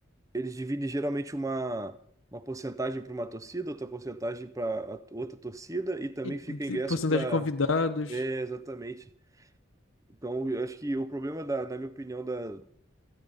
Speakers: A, on the right (about 15°); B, on the left (about 70°).
A: eles dividem geralmente uma, uma porcentagem para uma torcida, outra porcentagem para outra torcida e também
B: E,
A: fica ingresso
B: e porcentagem
A: para.
B: de convidados.
A: É, exatamente. Então, eu acho que o problema, da, na minha opinião, da,